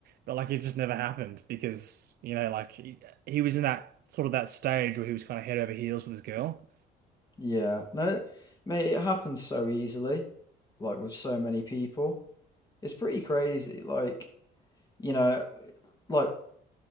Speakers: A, on the right; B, on the left.
A: but like it just never happened because you know like he, he was in that sort of that stage where he was kind of head over heels with his girl
B: Yeah. No. Mate, it happens so easily, like with so many people. It's pretty crazy. Like you know, like